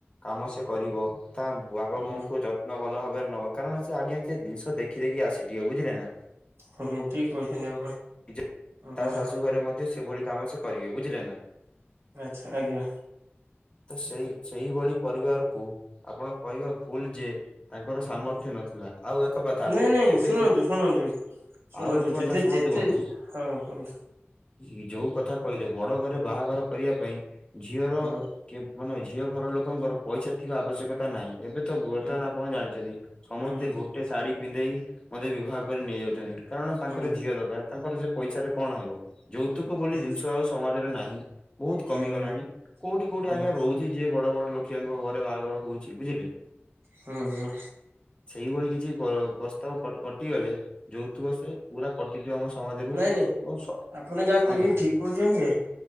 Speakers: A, on the left; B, on the right.
A: କାମ ସେ କରିବ ତା ବାପ
B: ହୁଁ
A: ବୋଉଙ୍କୁ ଯତ୍ନ ଭଲ ଭାବ ନବ କାରଣ ସେ ଆଜ୍ଞା ସେ ଜିନିଷ ଦେଖି ଦେଖି ଆସିଥିବ ବୁଝିଲେ ନା?
B: ହୁଁ, ଠିକ କହୁଛନ୍ତି ଆପଣ
A: ଏଜ।
B: ହୁଁ
A: ତା ଶାଶୁ ଘରେ ମଧ୍ୟ ସେଭଳି। କାମ ସେ କରିବେ ବୁଝିଲେ ନା।
B: ଆଚ୍ଛା ଆଜ୍ଞା।
A: ତ ସେଇ, ସେଇଭଳି ପରିବାରକୁ ଆପଣ କହିବା ଭୁଲ ଯେ ତାଙ୍କର ସାମର୍ଥ୍ୟ
B: ହୁଁ
A: ନଥିଲା। ଆଉ ଏକ କଥା
B: ନାଇଁ ନାଇଁ
A: ଏବେ
B: ଶୁଣନ୍ତୁ
A: ଯଉ କ
B: ଶୁଣନ୍ତୁ ଶୁଣନ୍ତୁ
A: ଆଉ ଏକ
B: ଯେତେ
A: କଥା ଶୁଣନ୍ତୁ
B: ଯେତେ
A: ବନ୍ଧୁ।
B: ହଁ କୁହନ୍ତୁ
A: ଇ ଯୋଉ କଥା କହିଲେ ବଡ ଘରେ ବାହାଘର କରିବା ପାଇଁ ଝିଅର
B: ହୁଁ
A: କେ ମାନେ ଝିଅ ଘର ଲୋକଙ୍କର ପଇସା ଥିବା ଆବଶ୍ୟକତା ନାହିଁ ଏବେ ତ ବର୍ତ୍ତମାନ
B: ହୁଁ
A: ଆପଣ ଜାଣିଛନ୍ତି। ସମସ୍ତେ
B: ହୁଁ
A: ଗୋଟେ ଶାଢୀ ପିନ୍ଧେଇି ମନ୍ଦିରେ ବିବାହ କରି ନେଇଯାଉଛନ୍ତି। କାରଣ ତାଙ୍କର
B: ହୁଁ
A: ଝିଅ ଦରକାର ତାଙ୍କର ସେ ପଇସା ରେ କଣ ହେବ। ଯୌତୁକ ବୋଲି
B: ହୁଁ
A: ଜିନିଷ ଆଉ ସମାଜରେ ନାହିଁ ବହୁତ
B: ହୁଁ
A: କମିଗଲାଣି କୋଉଠି କୋଉଠି
B: ହୁଁ
A: ଆଜ୍ଞା ରହୁଛି ଯିଏ ବ ବଡ ବଡ ଲୋକିଆଙ୍କ ଘରେ ବାହାଘର ହଉଛି ବୁଝିଲେ।
B: ହୁଁ ହୁଁ।
A: ସେଇଭଳି କିଛି ପର ପ୍ରସ୍ତାବ କଟ କଟିଗଲେ। ଯୌତୁକ ସେ ପୁରା କଟିଯିବ ଆମ ସମାଜରୁ
B: ନାଇଁ
A: ଏବଂ
B: ନାଇଁ
A: ସ
B: ଆପଣ ଯାହା କହୁଛନ୍ତି
A: ଆଜ୍ଞା।
B: ଠିକ କହୁଛନ୍ତି ଯେ